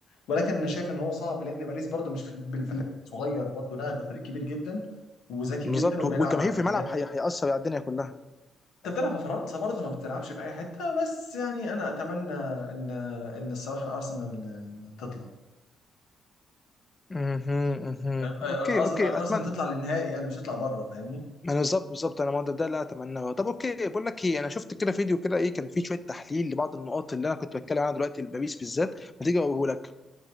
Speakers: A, on the left; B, on the left.
A: ولكن انا شايف ان هو صعب لان باريس برضه مش في بال- في الفريق صغير برضه لا ده فريق كبير جدا وذكي
B: بالظبط
A: جدا وبيلعب
B: والجماهير
A: على
B: في
A: حاجات
B: الملعب هي- هيأثر على الدنيا كلها
A: انت بتلعب في فرنسا برضه ما بتلعبش في اي حتة بس يعني انا اتمنى ان ان الصراحة الارسنال تطلع
B: مهم، مهم.
A: فاهم؟ الأز-
B: اوكي اوكي
A: الارسنال
B: اتمنى
A: تطلع للنهائي يعني مش تطلع بره فاهمني
B: انا بالظبط بالظبط انا ما ده, ده اللي أنا اتمناه طب اوكي بقول لك ايه انا شفت كده فيديو كده ايه كان فيه شويه تحليل لبعض النقاط اللي انا كنت بتكلم عنها دلوقتي لباريس بالذات ما تيجي اقوله لك